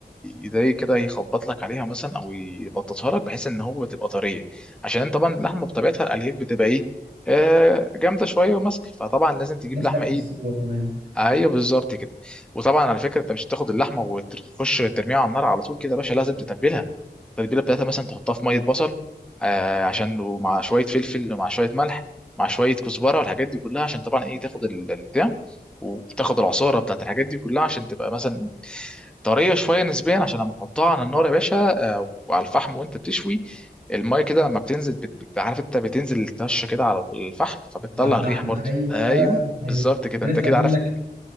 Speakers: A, in the centre; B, on the right.
A: ي- زي كده يخبط لك عليها مثلا او يبططها لك بحيث ان هو بتبقى طريه عشان طبعا اللحمه بطبيعتها الالياف بتبقى ايه آه جامده شويه وماسكه فطبعا لازم تجيب
B: أسهل
A: لحمه ايه
B: في السوا كمان
A: ايوه بالظبط كده وطبعا على فكره انت مش هتاخد اللحمه وتخش ترميها على النار على طول كده يا باشا لازم تتبلها التتبيله بتاعتها مثلا تحطها في ميه بصل آه عشان ومع شويه فلفل ومع شويه ملح مع شويه كزبره والحاجات دي كلها عشان طبعا ايه تاخد ال- البتاع وتاخد العصاره بتاعت الحاجات دي كلها عشان تبقى مثلا طريه شويه نسبيا عشان لما تحطها على النار يا باشا آه وعلى الفحم وانت بتشوي الميه كده لما بتنزل بت... بت- عارف انت بتنزل الطشه كده على الفحم فبتطلع
B: على الفحم
A: الريحه برضه
B: أيوه
A: ايوه
B: أيوه
A: بالظبط كده
B: كنت لسه
A: انت كده
B: أقول
A: عارف
B: لك